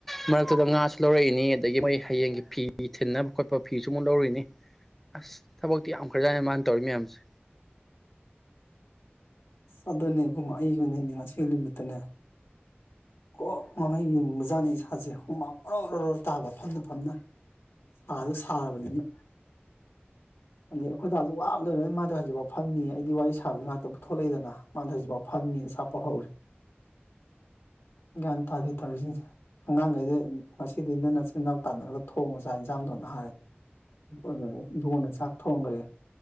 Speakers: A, in the centre; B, on the left (about 85°).
A: ꯃꯥ ꯑꯗꯨꯨꯗ ꯉꯥꯁꯨ ꯂꯧꯔꯛꯏꯅꯤ ꯑꯗꯒꯤ ꯃꯣꯏ ꯍꯌꯦꯡꯒꯤ ꯐꯤ ꯊꯤꯟꯅꯕ ꯈꯣꯠꯄ ꯐꯤꯁꯨ ꯑꯃꯨꯛ ꯂꯧꯔꯏꯅꯤ ꯑꯁ ꯊꯕꯛꯇꯤ ꯌꯥꯝ ꯈ꯭ꯔꯖꯥꯅ ꯃꯥꯅ ꯇꯧꯔꯤ ꯃꯌꯥꯝꯁꯦ
B: ꯑꯗꯨꯅꯦ ꯏꯕꯨꯡꯉ ꯑꯩꯒꯤꯅꯦꯅꯦ ꯉꯁꯤ ꯅꯨꯃꯤꯠꯇꯅꯦ ꯀꯣꯛ ꯃꯃꯩ ꯌꯨꯡꯕꯖꯥꯠꯅꯤ ꯏꯁꯥꯁꯦ ꯍꯨꯃꯥꯎ ꯍꯔꯣ ꯔꯔꯣ ꯇꯥꯕ ꯐꯝꯅ ꯐꯝꯅ ꯁꯥꯗ ꯁꯥꯔꯕꯅꯤꯅ ꯑꯗꯩ ꯑꯩꯈꯣꯏꯗꯁꯨ ꯋꯥꯝꯗꯅꯤꯅ ꯃꯥꯗꯤ ꯍꯧꯖꯤꯛꯐꯥꯎ ꯐꯝꯃꯤ ꯑꯩꯗꯤ ꯋꯥꯔꯤ ꯁꯥꯕꯒꯤ ꯉꯥꯛꯇ ꯄꯨꯊ ꯊꯣꯛꯂꯛꯏꯗꯅ ꯃꯥꯗ ꯍꯧꯖꯤꯛꯐꯥꯎ ꯐꯝꯃꯤꯅ ꯁꯥꯄ ꯍꯧꯔ ꯒ꯭ꯟ ꯇꯥꯗꯦ ꯇꯧꯔꯤꯁꯤꯡꯁꯦ ꯑꯉꯥꯡꯈꯩꯁ ꯉꯁꯤꯗꯤ ꯅ ꯅꯆꯤꯟꯜꯅꯥꯎ ꯇꯥꯟꯅꯔꯒ ꯊꯣꯡꯉ ꯆꯥꯛ ꯌꯦꯟꯁꯥꯡꯗꯣꯅ ꯍꯥꯏꯣꯟꯅ ꯆꯥꯛ ꯊꯣꯡꯈ꯭ꯔꯦ